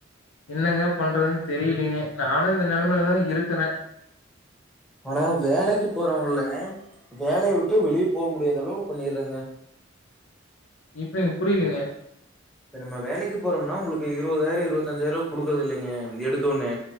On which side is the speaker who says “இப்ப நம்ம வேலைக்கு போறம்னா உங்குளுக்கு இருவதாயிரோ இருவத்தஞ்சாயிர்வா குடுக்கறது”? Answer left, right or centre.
Centre